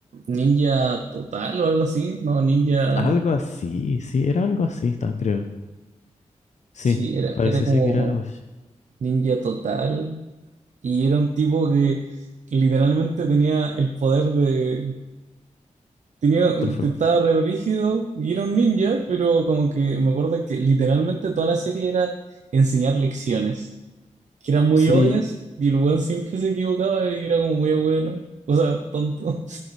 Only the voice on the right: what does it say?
Ninja Total o algo así. No, Ninja.
Sí, era,
era como
Ninja Total. Y era un tipo que literalmente tenía el poder de Tenía,
estaba re brígido y era un ninja, pero como que me acuerdo que literalmente toda la serie era enseñar lecciones, que eran muy
obvias y el weón siempre se equivocaba y era como muy bueno, o sea, tonto.